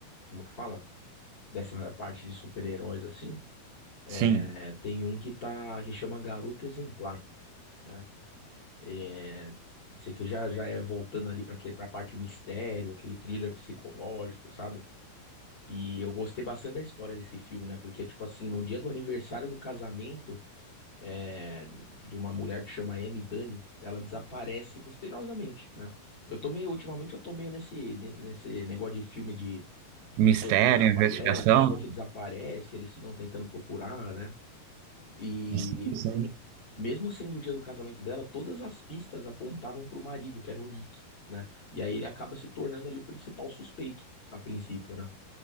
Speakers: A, on the left; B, on the right.
A: Como que fala? Dessa parte de super-heróis, assim.
B: Sim.
A: É, tem um que tá que chama Garota Exemplar, né? É, esse aqui já já é voltando ali para para a parte mistério, aquele thriller psicológico, sabe? E eu gostei bastante da história desse filme, né? Porque tipo assim, no dia do aniversário do casamento é, de uma mulher que chama Amy Dunne, ela desaparece misteriosamente, né? Eu tô meio, ultimamente eu tô meio nesse nesse negócio de filme de de
B: Mistério,
A: pessoas que desaparecem,
B: investigação.
A: é, pessoa que desaparece, eles ficam tentando procurar, né? E
B: Sim, sim.
A: Mesmo sendo o dia do casamento dela, todas as pistas apontavam pro marido, que era o Nick, né? E aí ele acaba se tornando ali o principal suspeito, a princípio, né?